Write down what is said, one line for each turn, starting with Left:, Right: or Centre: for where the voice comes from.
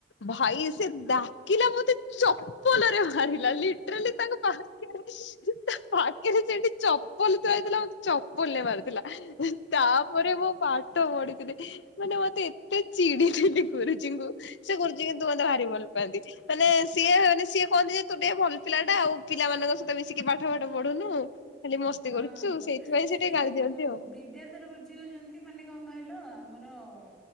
Left: ଭାଇ ସେ ଡାକିଲା ମତେ ଚପଲରେ ବାଢ଼େଇ ଲିଟ୍ରଲି ତାଙ୍କ ପାଖରେ ତା ପାଖରେ ସେଠୀ ଚପଲ ଥୁଆ ହେଇଥିଲା ମୋତେ ଚପଲେ ମାରୁଥିଲା ତାପରେ ମୁଁ ପାଠ ପଢିଥିଲେ। ମାନେ ମତେ ଏତେ ଚିଡିଥିଲି ଗୁରୁଜୀଙ୍କୁ ସେ ଗୁରୁଜୀ କିନ୍ତୁ ମତେ ଭାରି ଭଲ ପାଆନ୍ତି। ମାନେ ସିଏ ମାନେ ସିଏ କହନ୍ତି ଯେ ତୁ ଟିକେ ଭଲ ପିଲା ଟା ଆଉ ପିଲାମାନଙ୍କ ସହିତ ମିଶିକି ପାଠ ଫାଠ ପଢୁନୁ। ଖାଲି ମସ୍ତି
Centre: ହଁ
Left: କରୁଛୁ ସେଇଥିପାଇଁ ସେ
Centre: ସିଏ
Left: ଟିକେ ଗାଳି ଦିଅନ୍ତି
Centre: ଗୁ
Left: ଆଉ
Centre: ବିଦ୍ୟଧର ଗୁର୍ଜି ହଉଛନ୍ତି ମାନେ କଣ କହିଲ ଆମର ମୋ